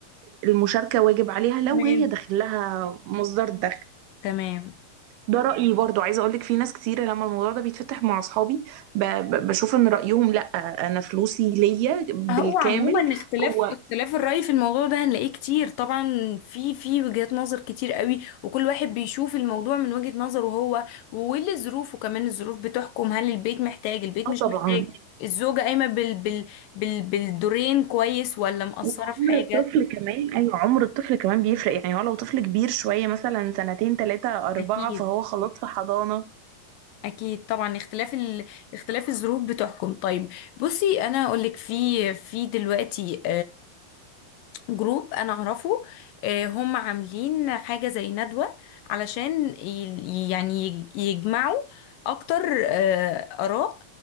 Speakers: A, on the right; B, on the left.
A: المشاركه واجب عليها لو
B: تمام
A: هي داخل لها مصدر دخل
B: تمام
A: ده رايي برضو عايزه اقول لك في ناس كتير لما الموضوع ده بيتفتح مع اصحابي ب- ب- بشوف ان رايهم لا انا فلوسي ليا بالكامل
B: هو عموما اختلاف
A: هو
B: اختلاف الرأي في الموضوع ده هنلاقيه كتير طبعا في في وجهات نظر كتير قوي وكل واحد بيشوف الموضوع من وجهة نظره هو واللي ظروفه كمان الظروف بتحكم هل البيت محتاج البيت
A: اه
B: مش
A: طبعا
B: محتاج الزوجة قايمة بال بال بال بالدورين كويس ولا مقصرة
A: وعمر
B: في حاجة
A: الطفل كمان ايوه عمر الطفل كمان بيفرق يعني هو لو طفل كبير شويه مثلا سنتين ثلاثه اربعه
B: أكيد
A: فهو خلاص في حضانه
B: أكيد طبعا اختلاف ال... اختلاف الظروف بتحكم طيب بصي أنا هقولك في في دلوقتي جروب انا اعرفه آه، هم عاملين حاجة زي ندوة علشان ي- يعني يج- يجمعوا اكتر آه، اراء